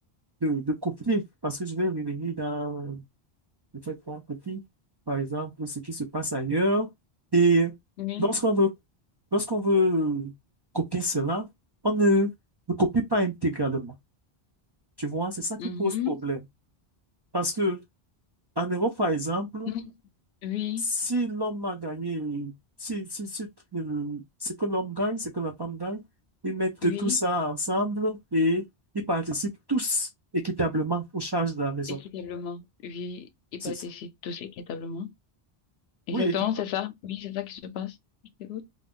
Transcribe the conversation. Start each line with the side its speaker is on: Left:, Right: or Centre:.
Right: de, de copier, parce que je vais revenir dans euh, le fait qu'on copie, par exemple, ce qui se passe ailleurs. Et
Left: oui,
Right: lorsqu'on veut, lorsqu'on veut euh, copier cela, on ne ne copie pas intégralement. Tu vois, c'est ça
Left: mhm,
Right: qui pose problème. Parce que en Europe, par exemple,
Left: mhm, Oui,
Right: Si l'homme a gagné, si, si, si le- ce que l'homme gagne, ce que la femme gagne, ils mettent
Left: oui.
Right: tout ça ensemble et ils participent tous équitablement aux charges de la maison.
Left: Équitablement, oui, et
Right: C'est
Left: participe
Right: ça.
Left: tous équitablement. Exactement,
Right: Oui, équi-
Left: c'est ça. Oui, c'est ça qui se passe. Je t'écoute.